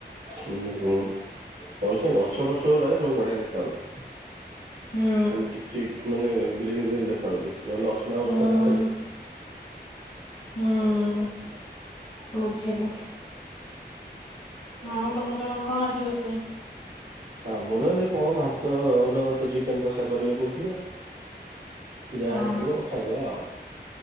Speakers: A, on the right; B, on the left.
A: ହୁଁ ହୁଁ। କଇଛ ଗଛ ଫଛ ଗୁରା ସବୁ ବଢିଆ ଦେଖା ହଉଚି।
B: ହୁଁ
A: ଖାଲି ଚିକ ଚିକ ମାନେ ଗ୍ରୀନ୍ ଗ୍ରୀନ୍ ଦେଖାଯାଉଚି। ନହଲେ ଅସ୍ <unintelligible>
B: ହୁଁ
A: ଦେଖାଯାଏ।
B: ହୁଁ ବୁଝିଲି। ହଉ ତମର କଣ ଆଜି ରୋଷେଇ?
A: ଆମର କଣ ଭାତ ଅରୁଆ ଭାତ ଚିକେନ କଷା କରିବେ କହୁଥିଲେ। ଯାହା
B: ଓହୋ
A: ହେଇଥିବ ଖାଇଦବା ଆଉ।